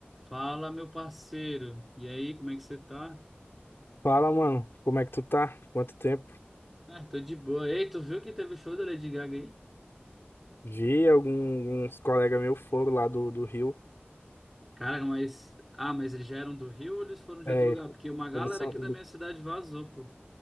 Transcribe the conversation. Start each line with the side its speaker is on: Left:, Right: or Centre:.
Centre: Fala, meu parceiro. E aí, como é que você tá?
Left: Fala, mano, como é que tu tá? Quanto tempo?
Centre: Ah, tô de boa. Ei, tu viu que teve o show da Lady Gaga aí?
Left: Vi alguns colegas meus foram lá do, do Rio.
Centre: Cara, mas. Ah, mas eles já eram do Rio ou eles foram de
Left: É,
Centre: outro lugar? Porque uma galera
Left: eles são,
Centre: aqui da
Left: ele-
Centre: minha cidade vazou, pô.